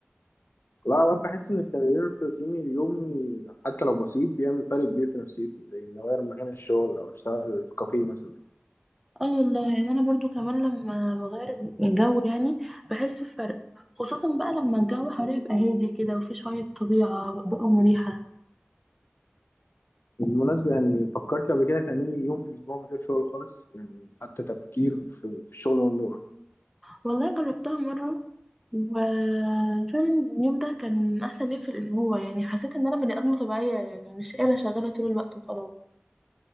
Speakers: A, on the left; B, in the centre.
A: لا اوقات بحس ان التغيير في روتيني اليومي حتى لو بسيط بيعمل فرق كبير في نفسيتي زي اني اغير مكان الشغل او اشتغل في كافيه مثلا
B: اه والله يعني انا برضو كمان لما بغير الجو يعني بحس بفرق خصوصا بقى لما الجو حواليا يبقى هادي كده وفي شوية طبيعة بقى مريحة
A: بالمناسبة يعني فكرت قبل كده تعملي يوم في الأسبوع من غير شغل خالص يعني حتى تفكير في في الشغل ممنوع
B: والله جربتها مرة وفعلا اليوم ده كان احسن يوم في الاسبوع يعني حسيت ان انا بني ادمة طبيعية يعني مش آلة شغالة طول الوقت وخلاص